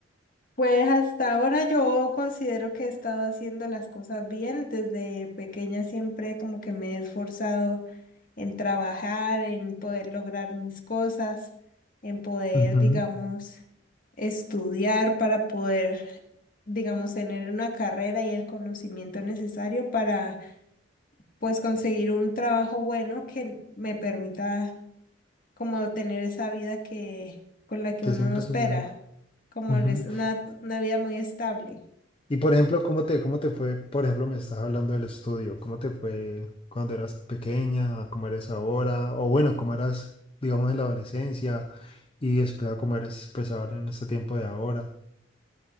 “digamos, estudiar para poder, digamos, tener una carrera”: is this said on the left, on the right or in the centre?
Left